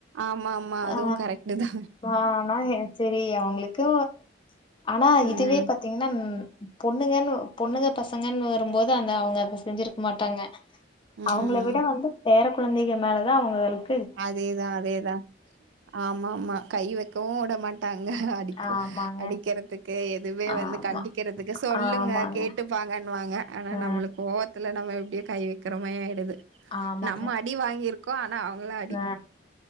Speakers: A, on the right; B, on the left.
A: ஆமா ஆமா அதுவு
B: ஆ
A: கரெக்ட்டு தா
B: ஆ ஆனா செரி உங்களுக்கு ஆனா
A: ம்
B: இதுவே பாத்தீங்கன்னா பொண்ணுங்க பொண்ணுங்கத் ங்கன்னு வரும்போது அங்க அவங்க அத செஞ்சிருக்க மாட்டாங்க அவங்கள
A: ம்
B: விட வந்து பேரக் குழந்தைங்க மேல தான் அவங்களுக்
A: அதேதான் அதேதான் ஆமாமா கை வைக்கவும் உட மாட்டாங்க அடிக்க
B: ஆமாங்க
A: அடிக்கிறதுக்கு எதுவே
B: ஆமா
A: வந்து கண்டிக்கிறதுக்கு சொல்லுங்க
B: ஆமாங்க
A: கேட்டுப்பாங்கன்னுவாங்க ஆனா
B: ஆ
A: நம்மளுக் கோவத்துல நம்ம எப்டி கை கிறமையாயிடுது
B: ஆமாங்க
A: நம்ம அடி வாங்கிருக் கு ஆனா அவுங்கலா
B: ஆ